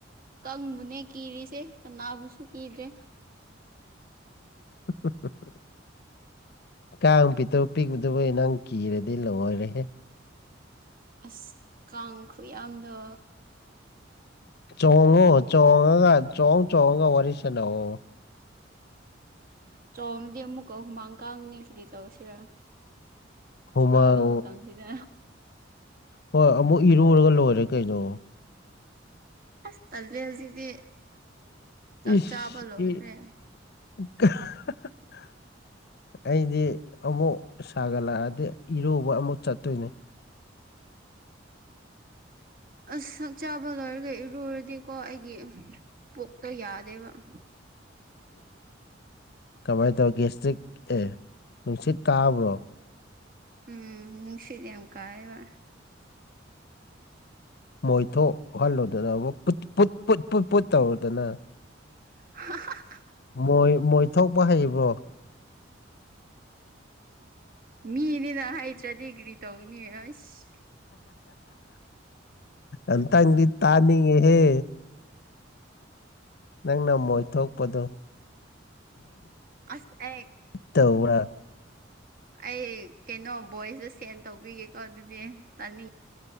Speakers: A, on the right; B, on the left.
A: ꯀꯪꯕꯨꯅꯦ ꯀꯤꯔꯤꯁꯦ ꯀꯅꯥꯕꯨꯁꯨ ꯀꯤꯗ꯭ꯔꯦ
B: <unintelligible> ꯀꯥꯡ ꯄꯤꯛꯇꯧ ꯄꯤꯛꯎꯨꯗꯨꯕꯨ ꯅꯪ ꯀꯤꯔꯗꯤ ꯂꯣꯢꯔꯦꯍꯦ
A: ꯑꯁ ꯀꯥꯡ ꯈꯨꯌꯥꯝꯗꯣ
B: ꯆꯣꯡꯉꯣ ꯆꯣꯡꯉꯒ ꯆꯣꯡꯉ ꯆꯣꯡꯉꯒ ꯋꯥꯔꯤ ꯁꯥꯟꯅꯑꯣ
A: ꯆꯣꯡꯗꯤ ꯑꯃꯨꯛꯀ ꯍꯨꯃꯥꯡ ꯀꯥꯡꯅꯤ ꯀꯨꯗꯤ ꯇꯧꯔꯁꯤꯔ
B: ꯍꯨꯃꯥꯡ
A: ꯁꯕ ꯃꯇꯝꯁꯤꯗ
B: ꯍꯣꯏ ꯑꯃꯨꯛ ꯏꯔꯨꯔꯒ ꯂꯣꯏꯔꯦ ꯀꯩꯅꯣ
A: ꯑꯁ ꯇꯜꯂꯦ ꯍꯧꯖꯤꯛꯇꯤ ꯆꯥꯛ
B: ꯏꯁ
A: ꯆꯥꯕ ꯂꯣꯏꯈ꯭ꯔꯦ
B: ꯏ <unintelligible> ꯑꯩꯗꯤ ꯑꯃꯨꯛ ꯁꯥꯒꯠꯂꯛꯑꯗꯤ ꯏꯔꯨꯕ ꯑꯃꯨꯛ ꯆꯠꯇꯣꯏꯅꯦ
A: ꯑꯁ ꯆꯛ ꯆꯥꯕ ꯂꯣꯏꯔꯒ ꯏꯔꯨꯔꯗꯤꯀꯣ ꯑꯩꯒꯤ ꯄꯣꯛꯇ ꯌꯥꯗꯦꯕ <unintelligible>
B: <inaudible> ꯀꯃꯥꯏꯅ ꯇꯧ ꯒꯦꯁꯇ꯭ꯔꯤꯛ ꯑꯦ ꯅꯨꯡꯁꯤꯠ ꯀꯥꯕ꯭ꯔꯣ
A: ꯎꯝ ꯅꯨꯡꯁꯤꯠ ꯌꯥꯝ ꯀꯌꯦꯕ
B: ꯃꯣꯏꯊꯣꯛꯍꯜꯂꯨꯗꯅ ꯑꯃꯨꯛ ꯄꯨꯠ ꯄꯨꯠ ꯇꯧꯔꯨꯗꯅ
A: <unintelligible>
B: ꯃꯣꯢꯏ ꯃꯣꯏ ꯊꯣꯛꯣꯛꯄ ꯍꯩꯕ꯭ꯔꯣ
A: ꯃꯤꯅꯤꯅ ꯍꯥꯏꯇ꯭ꯔꯥ ꯗꯗꯤꯒ꯭ꯔꯤ ꯇꯧꯅꯤ ꯑꯁ
B: ꯑꯇꯪꯒꯤ ꯇꯥꯅꯤꯉꯦꯍꯦ ꯅꯪꯅ ꯃꯣꯏ ꯊꯣꯛꯄꯗꯨꯣ
A: ꯑꯁ ꯑꯦ
B: ꯇꯧꯋꯥ
A: ꯑꯩ ꯀꯩꯅꯣ ꯚꯣꯏꯁꯇ ꯁꯦꯟ ꯇꯧꯕꯤꯒꯦꯀꯣ ꯑꯗꯨꯗꯤ ꯇꯥꯅꯤ